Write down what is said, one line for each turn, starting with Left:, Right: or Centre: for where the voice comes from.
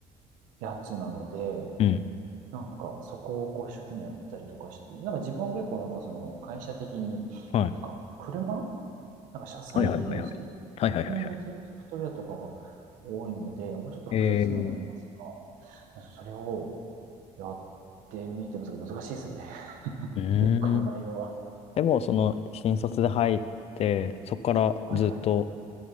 Right: やつなので、
Left: うん。
Right: なんかそこをこう一生懸命やったりとかして、なんか自分は結構なんかその会社的に、
Left: はい。
Right: なんか車なんか車載って言うんですけど、
Left: はいはいはいはい。
Right: 車に載せるソフトウェアとかが
Left: はいはいはいは
Right: 多いので、もうちょっと複雑にはなります
Left: い。えー、
Right: が、それを、やってみてますが難しいですね。<laughs>
Left: うーん。
Right: 結構内容は。
Left: でも、その、新卒で入って、そこからずっと、
Right: はいはい。